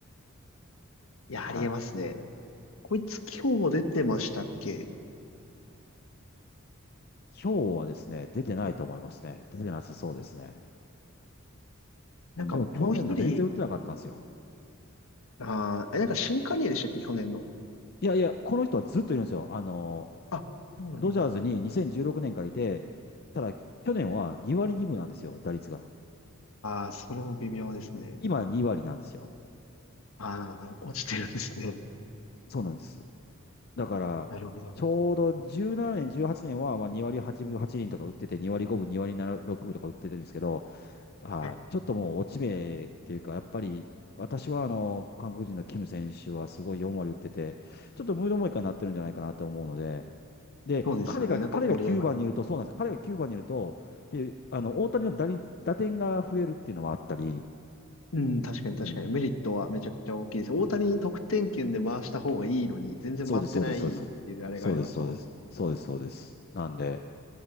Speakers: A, on the left; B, on the left.
A: いや、
B: はい。
A: ありえますね。こいつ今日出てましたっけ
B: 今日はですね、出てないと思いますね。
A: で
B: 出てなさそうですね。
A: なんかもう一人、
B: うんでも去年も全然打ってなかったんですよ。
A: ああ、えなんか新加入でしたっけ去年の。
B: いやいや、この人はずっといるんですよ。あの、
A: あ、そうなんだ。
B: ドジャーズに2016年からいて、ただ去年は2割2分なんですよ、打率が。
A: ああ、それも微妙ですね。
B: 今2割なんですよ。
A: ああ、落ちてるんですね。
B: そうなんです。だから、
A: なるほど。
B: ちょうど17年、18年はちねんはまあ2割8分8厘とか打ってて、2割5分、2割6分とか打ってるんですけど、はい。
A: はい。
B: ちょっともう落ち目っていうか、やっぱり、私はあの、韓国人のキム選手はすごい4割打ってて、ちょっとムードもいいかになってるんじゃないかなと思うので、で、
A: そうですよね。
B: 彼が、彼が9番にいると、
A: なんか盛り上がる。
B: そうなんですよ。彼が9番にいると、あの、大谷の打率、打点が増えるっていうのはあったり、
A: うん、確かに確かに。
B: うん。
A: メリットはめちゃくちゃ大きいです。大谷に得点圏で回した方がいいのに、全然回ってないっていうあれがありましたもんね
B: そうです、そうです、そうです。そうです、そうです。そうです、そうです。なんで、